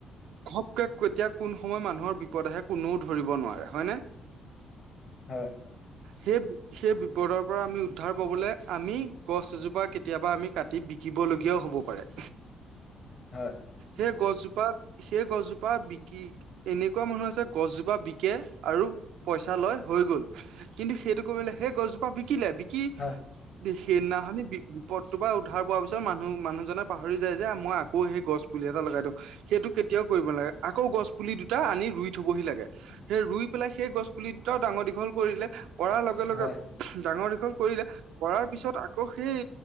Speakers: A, on the right; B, on the left.
A: খপকে কেতিয়া কোন সময়ত মানুহৰ বিপদ আহে কোনেও ধৰিব নোৱাৰে হয়নে?
B: হয়।
A: সেই সেই বিপদৰ পৰা আমি উদ্ধাৰ পাবলৈ আমি। গছ এজোপা কেতিয়াবা আমি কাটি বিকিবলগীয়াও হ'ব পাৰে।
B: হয়।
A: সেই গছজোপা সেই গছজোপা বিকি এনেকুৱা মানুহ আছে গছজোপা বিকে আৰু। পইচা লয় হৈ গ'ল। কিন্তু সেইটো কমিলে সেই গছজোপা বিকিলে। কি
B: হয়
A: সেনাখনি। পদটোৰ পৰা উদ্ধাৰ পোৱাৰ পিছত মানুহ মানুহজনে পাহৰি যায় যে মই আকৌ সেই গছ পুলি এটা লগাই দিওঁ সেইটো, কেতিয়াও কৰিব নালাগে আকৌ গছ পুলি দুটা আনি ৰুই থবহি লাগে সেই ই পেল সেই গছ পুলি দুটা ডাঙৰ দীঘল কৰিলে। কৰাৰ লগে লগে
B: হয়
A: ডাঙৰ দীঘল কৰিলে কৰাৰ পিছত আকৌ সেই